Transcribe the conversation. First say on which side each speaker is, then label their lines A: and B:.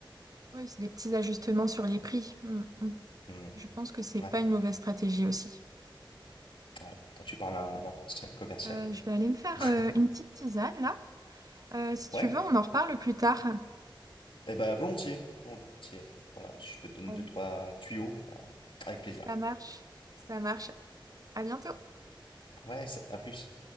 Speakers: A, on the right; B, on the left.
A: Oui, c'est des petits ajustements sur les prix. Mm, mm.
B: Hmm.
A: Je pense que c'est
B: Ouais,
A: pas une mauvaise stratégie aussi.
B: ouais. Quand tu parles à un ancien commercial.
A: Euh, je vais aller me faire
B: <laughs>
A: euh, une petite tisane là. Euh, si tu
B: Ouais.
A: veux, on en reparle plus tard.
B: Eh ben, volontiers, volontiers. Voilà, si je peux te donner
A: Allez.
B: deux, trois tuyaux, bah, avec plaisir.
A: Ça marche. Ça marche. À bientôt.
B: Ouais, ça- à plus.